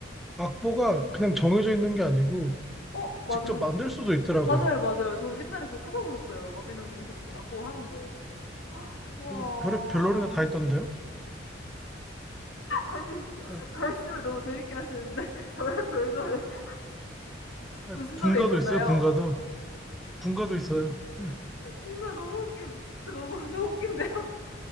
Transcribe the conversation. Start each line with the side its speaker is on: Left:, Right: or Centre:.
Centre: 악보가 그냥 정해져 있는 게 아니고
Left: 어 맞아요.
Centre: 직접 만들 수도 있더라고요.
Left: 맞아요, 맞아요. 저 옛날에 그거 찾아보셨어요 마비노기에서 그고 하는 거. 와.
Centre: 그래서 별의 별놀이가 다 있던데요.
Left: 아니 <laughs>
Centre: 아,
Left: 말씀을 너무 재밌게 하시는데 <laughs> 별별 노래 <laughs>
Centre: 아,
Left: 무슨
Centre: 군가도
Left: 노래 있었나요?
Centre: 있어요. 군가도 군가도 있어요. 네,
Left: 뭔가 너무 웃겨. 미- 진짜 너무 <laughs> 너무 웃긴데요?